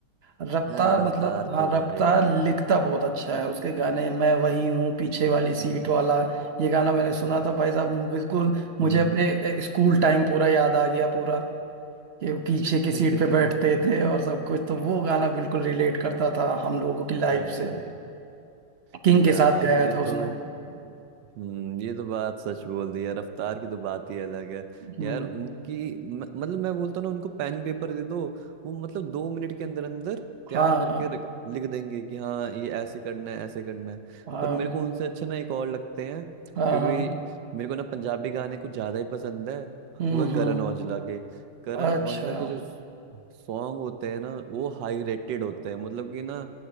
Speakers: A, on the right (about 55°); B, on the right (about 85°).
A: रफ्तार
B: है, रफ्तार
A: मतलब हाँ
B: तो
A: रफ्तार
B: भाई
A: लिखता बहुत अच्छा है उसके गाने मैं वही हूँ पीछे वाली सीट
B: <laughs>
A: वाला ये गाना मैंने सुना था भाई साहब बिल्कुल मुझे
B: हम्म
A: अपने अ, स्कूल टाइम पूरा याद आ गया पूरा कि पीछे
B: <laughs>
A: की सीट पे बैठते थे और सब कुछ तो वो गाना बिल्कुल रिलेट करता था हम लोगों की लाइफ
B: अ,
A: से किंग
B: यार
A: के साथ गाया
B: ये
A: था उसने
B: तो हम्म ये तो बात सच बोल दी यार रफ्तार की तो बात ही अलग है
A: हम्म
B: यार उनकी म- मतलब मैं बोलता हूं ना उनको पेन पेपर दे दो वो मतलब दो मिनट के अंदर अंदर तैयार
A: हाँ
B: करके
A: हाँ
B: रख- लिख देंगे कि हाँ ये ऐसे करना है ऐसे करना है
A: हाँ
B: पर मेरे को उनसे अच्छा ना एक और लगते हैं
A: हाँ
B: क्योंकि
A: हाँ
B: मेरे को ना पंजाबी गाने कुछ ज्यादा ही पसंद है
A: हम्म
B: वो है
A: हम्म
B: करण औजला के करण
A: अच्छा
B: औजला के जो सॉन्ग होते हैं ना वो हाई रेटेड होते हैं मतलब कि ना